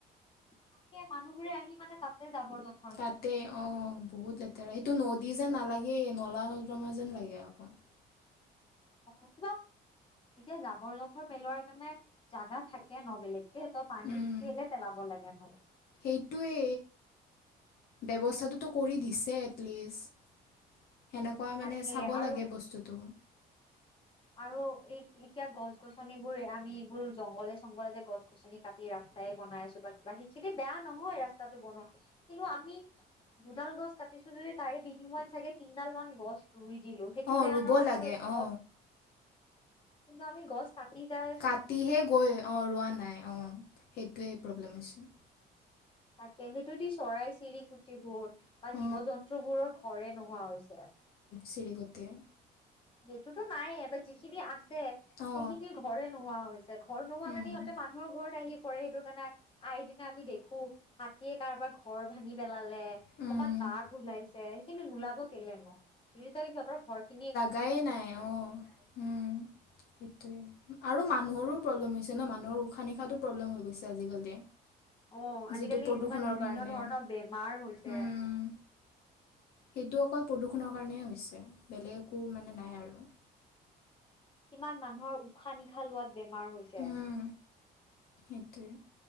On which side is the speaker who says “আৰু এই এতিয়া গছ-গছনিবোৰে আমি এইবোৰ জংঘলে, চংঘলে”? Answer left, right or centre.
Left